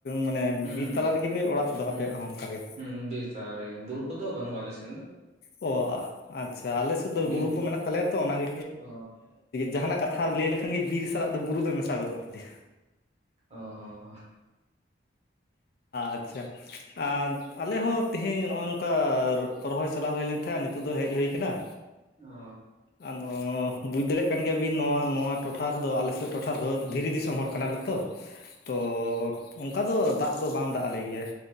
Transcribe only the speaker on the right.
ᱦᱩᱸ
ᱦᱩᱸ
ᱦᱩᱸ ᱵᱤᱨᱤ ᱛᱟᱞᱟ ᱨᱮᱜᱮ ᱵᱩᱨᱠᱩ ᱫᱚ ᱵᱟᱹᱱᱩᱜ ᱟ ᱟᱞᱮ ᱥᱮᱱ ᱫᱚ
ᱵᱤᱨ
ᱚ
ᱚ ᱦᱚᱸ
ᱚ